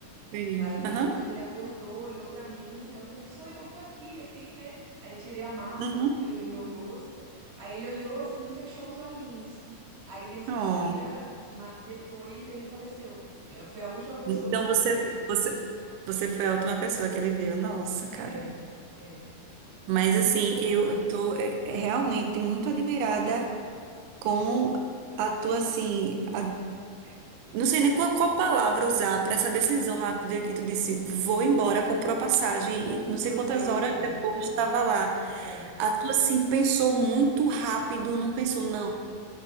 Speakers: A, on the right (about 80°); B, on the right (about 65°).
A: Sim.
B: E aí
A: Aham.
B: depois ele acordou, olhou pra mim, aí eu falei, sou eu que tô aqui, assim, né? Aí tirei a máscara,
A: Uhum.
B: assim, pra ele ver meu rosto. Aí ele olhou assim e fechou os olhinhos. Aí nesse
A: Oh.
B: dia, ma- depois ele faleceu. Eu, foi a última pessoa
A: Então
B: que vi
A: você,
B: ele.
A: você, você foi a última pessoa que ele viu. Nossa, cara.
B: É, é.
A: Mas assim, eu tô é, é, realmente muito admirada com a tua, assim, a- não sei nem qual, qual palavra usar para essa decisão rápida que tu disse, vou embora, comprou a passagem, e não sei
B: Foi
A: quantas
B: Deus,
A: horas
B: cara.
A: depois estava lá.
B: É.
A: A tua, assim, pensou muito rápido, não pensou, não.